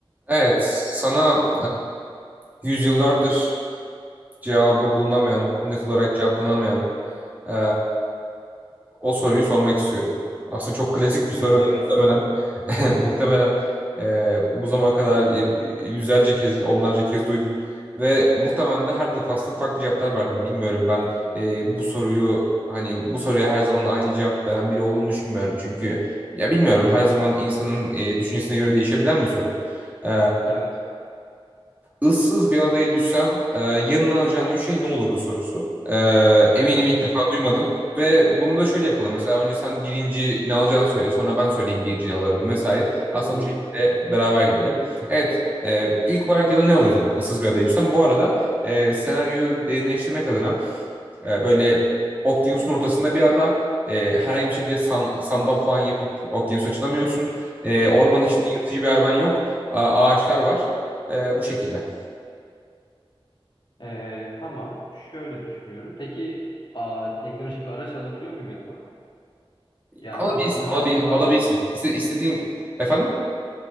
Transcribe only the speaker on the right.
Evet, sana e, yüzyıllardır cevabı bulunamayan, net olarak cevaplanamayan e, o soruyu sormak istiyorum. Aslında çok klasik bir soru
ve
muhtemelen <laughs> muhtemelen e, bu zamana kadar e, yüzlerce kez, onlarca kez duydun ve muhtemelen de her defasında farklı cevaplar verdin. Bilmiyorum ben e, bu soruyu hani bu soruya her zaman aynı cevap veren biri olduğunu düşünmüyorum. Çünkü ya bilmiyorum her zaman insanın e, düşüncesine göre değişebilen bir soru. E,
ıssız bir adaya düşsen e, yanına alacağın üç şey ne olurdu sorusu. E, eminim ilk
defa duymadın. Ve bunu da şöyle yapalım. Mesela önce sen birinci ne alacağını söyle. Sonra ben söyleyeyim birinci ne alırdım vesaire. Aslında
bu şekilde beraber gidelim. Evet. e, ilk olarak yanına ne alırdın ıssız bir adaya düşsen? Bu arada e, senaryoyu derinleştirmek adına e, böyle okyanusun ortasında bir ada. e, herhangi bir şekilde san- sandal falan yapıp okyanusa açılamıyorsun. E, ormanın
içinde yırtıcı bir hayvan yok. A- ağaçlar var. E, bu şekilde.
Alabilirsin,
alabil,
alabilirsin.
İste, istediğin efendim?